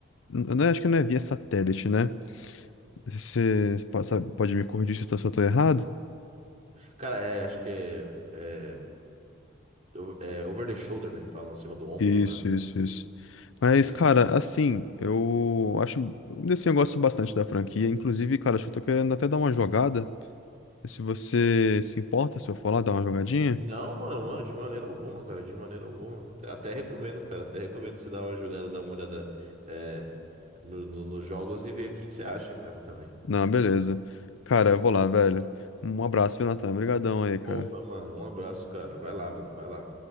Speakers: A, on the left; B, on the right.
A: n- né, acho que não é via satélite, né? Você po- sabe- pode me corrigir se eu tô, se eu tô errado?
B: Cara, é, acho que é, é, o- é over the shoulder, né? Que falam, em cima do ombro,
A: Isso,
B: né?
A: isso, isso. Mas,
B: Isso.
A: cara, assim, eu acho. Assim, eu gosto bastante da franquia. Inclusive, cara, acho que eu tô querendo até dar uma jogada. Se você se importa, se eu for lá dar uma jogadinha?
B: Não, mano, mano, de maneira alguma, cara, de maneira alguma. Até recomendo, cara, até recomendo você dar uma jogada, dar uma olhada é, no, no- nos jogos e ver o que que você acha, cara, também.
A: Não, beleza. Cara, eu vou lá, velho. Um abraço, viu, Natan? Obrigadão aí, cara.
B: Opa, mano, um abraço, cara. Vai lá, mano, vai lá.